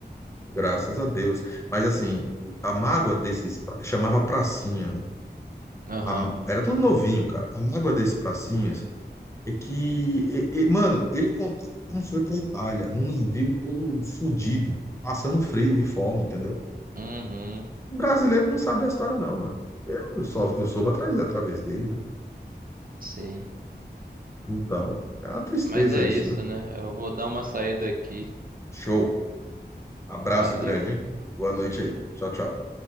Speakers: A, on the left (about 15°); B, on the right (about 55°).
A: graças a Deus. Mas assim, a mágoa desses chamava pracinha, né?
B: Aham.
A: A- era tudo novinho, cara. A mágoa desses pracinhas é que, e- e- mano, ele contou como foi pra Itália, num navio todo fudido, passando frio e fome, entendeu?
B: Uhum.
A: O brasileiro não sabe da história, não, mano. Eu só eu soube atrás, através dele, né?
B: Sim.
A: Então, é uma tristeza
B: Mas é
A: isso,
B: isso,
A: né?
B: né? Eu vou dar uma saída aqui.
A: Show. Abraço
B: Valeu.
A: grande, hein? Boa noite aí. Tchau, tchau.